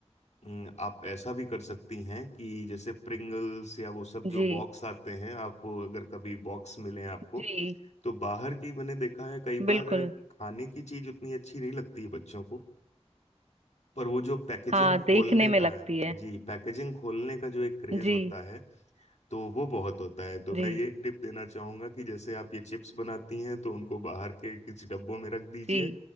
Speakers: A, on the left; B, on the right.
A: हम्म, आप ऐसा भी कर सकती हैं कि जैसे प्रिंगल्स या वो सब जो
B: जी
A: बॉक्स आते हैं आप वो अगर कभी बॉक्स मिले आपको
B: जी
A: तो बाहर की मैंने देखा है कई
B: बिल्कुल
A: बार खाने की चीज उतनी अच्छी नहीं लगती है बच्चों को पर वो जो पैकेजिंग
B: हाँ
A: खोलने
B: देखने में
A: का
B: लगती
A: है
B: है
A: जी पैकेजिंग खोलने का जो एक क्रेज
B: जी
A: होता है तो वो बहुत होता है तो
B: जी
A: मैं ये एक टिप देना चाहूंगा कि जैसे आप ये चिप्स बनाती हैं तो उनको बाहर के किसी डब्बों में रख दीजिए
B: जी